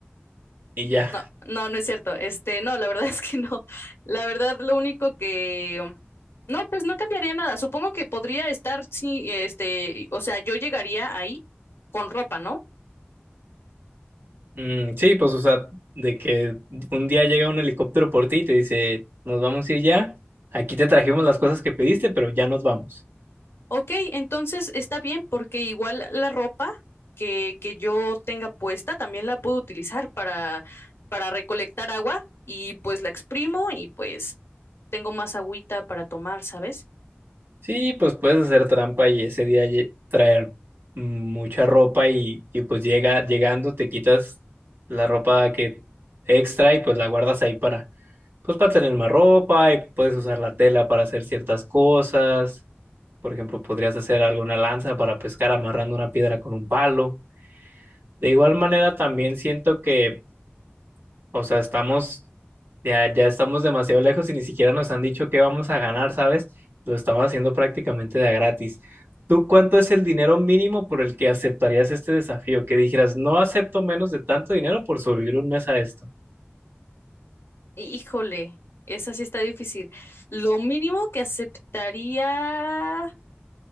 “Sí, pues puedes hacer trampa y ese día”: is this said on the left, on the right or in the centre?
Right